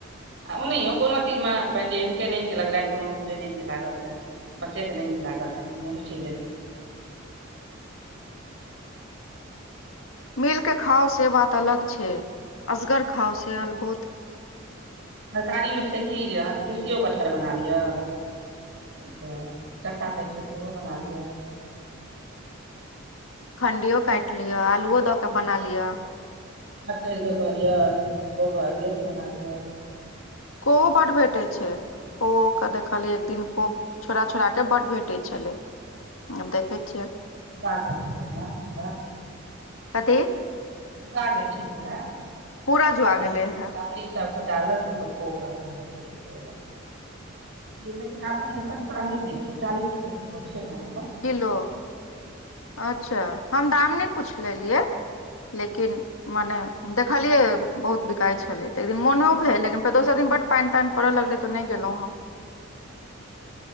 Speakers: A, on the right; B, on the left.
A: आ ओ नहियों कोनो चीजमे मानि लिअ, हिनके नहि नीक लगलनि, कोनो हमरा नहि नीक लागल तऽ। बच्चाके नहि लागल तऽ।
B: मिलि कऽ खाउ, से बात अलग छै, असगर खाउ से अलग बात।
A: तरकारीमे छै कि जे अहाँके तिसियो कटहर बना लिअ? तऽ चक्का काटि कऽ सेहो बना लिअ।
B: खण्डिओ काटि लिअ, आलुओ दऽ कऽ बना लिअ।
A: करऽ कऽ कहलियै, को कहलियै, से बना लिअ।
B: ओहो बड्ड भेटैत छै। कोऽके देखलियै एक दिन, कोऽ छोड़ऽ-छोड़ऽके बड़ भेटै छलै। अब देखै छियै।
A: लऽ छै ने ओकरा।
B: कथी?
A: आऽ गेल छी, पूरा
B: पूरा जुआ
A: कमरा
B: गेलै हे
A: सभ। अलग पकऽ अपन बचीत छै। लेकिन अपने सस्ता नऽ दै छियै, चालीस रुपैया किलो छै ने।
B: किलो, अच्छा हम दाम नहि पुछने छलियै, लेकिन। मने। देखलियै, बहुत बिकाय छलै तऽ एक दिन मोनो भेल, लेकिन दोसर दिन बड्ड पानि-तानि पड़ऽ लगलै तऽ नहि गेलहुँ हम।